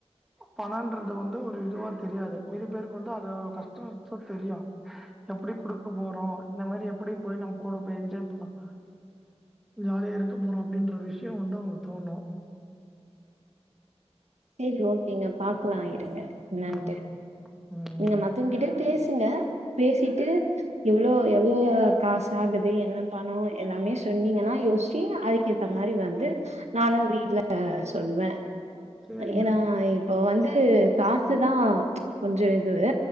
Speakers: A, in the centre; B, on the right.
A: பணோன்றது வந்து ஒரு இதுவா தெரியாது மீதி பேருக்கு வந்தா அது கஷ்டநஷ்டோ தெரியு எப்டி குடுக்க போறோ இந்த மாரி எப்டி போய் நம்ம கூட போய் என்ஜாய் பண்ணப் ஜாலியா இருக்க போறோ அப்டின்ற விஷயோ வந்து அவங்ளுக்கு தோணு
B: சேரி ஓகேங்க பாக்கலா இருங்க என்னான்டு
A: ம் ம்
B: நீங்க மத்தவங்க கிட்ட பேசுங்க பேசிட்டு இவ்ளோ எவ்ளோ காசு ஆகுது என்ன பணோ எல்லாமே சொன்னீங்கன்னா யோஸ்சி அதுக்கேத்த மாரி வந்து நானு வீட்ல சொல்வே
A: சேரிங்க
B: ஏன்னா இப்போ வந்து காசுதா கொஞ்சோ இதுவு